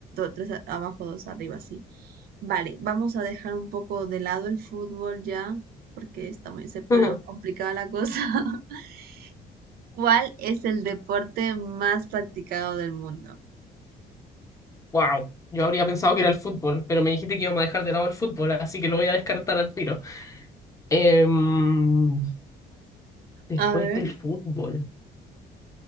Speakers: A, on the right; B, on the left.
A: tres a- abajo, dos arriba, sí. Vale, vamos a dejar un poco de lado el fútbol ya, porque está muy- se pone
B: <laughs>
A: más complicada la cosa. <laughs> ¿Cuál es el deporte más practicado del mundo?
B: Wow, yo habría pensado que era el fútbol, pero me dijiste que íbamos a dejar de lado el fútbol, así que lo voy a descartar al tiro. Em, después
A: A ver,
B: del fútbol,